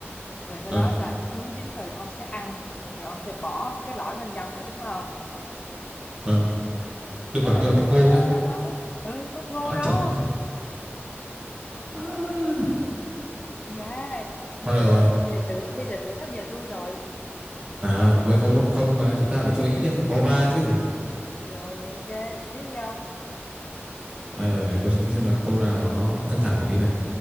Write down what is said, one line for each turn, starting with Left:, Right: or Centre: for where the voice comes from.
Left: rồi sau
Right: ờ,
Left: đó là nó nướng chín rồi ông sẽ ăn rồi ông sẽ bỏ cái lõi bên trong nữa đúng không
Right: ờ. đừng
Left: nó
Right: bảo
Left: là
Right: tôi
Left: nướng
Right: là bắp
Left: bắp
Right: ngô
Left: ngô
Right: nhá
Left: đó ừ bắp ngô
Right: à,
Left: đó
Right: trời đất à.
Left: dạ ly
Right: thôi được
Left: trà
Right: rồi
Left: sữa ly trà sữa ly trà sữa sắp về tôi rồi
Right: À, mới có một không mà chúng ta phải chơi ít nhất là bo ba chứ.
Left: rồi ok tiếp đi ông
Right: À, rồi để tôi suy nghĩ xem là câu nào nó căng thẳng một tí này.